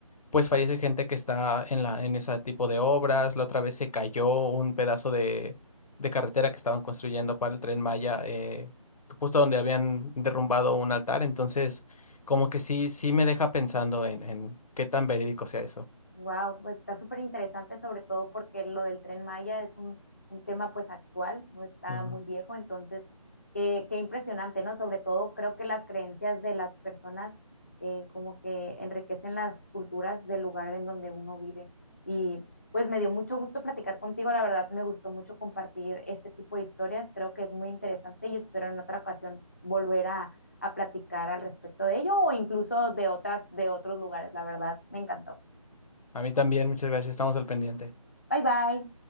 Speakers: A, on the left (about 75°); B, on the left (about 25°).
A: pues fallece gente que está en la, en ese tipo de obras. La otra vez se cayó un pedazo de, de carretera que estaban construyendo para el Tren Maya, eh, justo donde habían derrumbado un altar. Entonces, como que sí, sí me deja pensando en, en qué tan verídico sea eso.
B: Wow, pues está súper interesante, sobre todo porque lo del Tren Maya es un, un tema pues actual, no está
A: Ujú.
B: muy viejo, entonces qué, qué impresionante, ¿no? Sobre todo creo que las creencias de las personas eh, como que enriquecen las culturas del lugar en donde uno vive. Y pues me dio mucho gusto platicar contigo, la verdad me gustó mucho compartir este tipo de historias, creo que es muy interesante y espero en otra ocasión volver a, a platicar al respecto de ello o incluso de otras, de otros lugares, la verdad me encantó.
A: A mí también, muchas gracias, estamos al pendiente.
B: Bye bye.